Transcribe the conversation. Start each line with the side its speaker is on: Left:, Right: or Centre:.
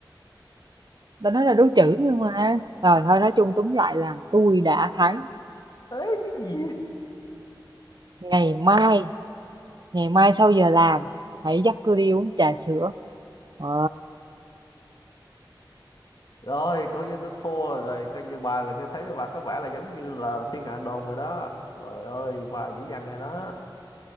Right: tao nói là đố chữ nhưng mà rồi thôi nói chung túm lại là tôi đã thắng
Left: ấy cái gì
Right: ngày mai ngày mai sau giờ làm hãy dắt tôi đi uống trà sữa ờ
Left: rồi coi như tôi thua rồi coi như bà là cái thấy bà có vẻ là giống như là thiên hạ đồn rồi đó rồi ơi bà dữ dằn rồi đó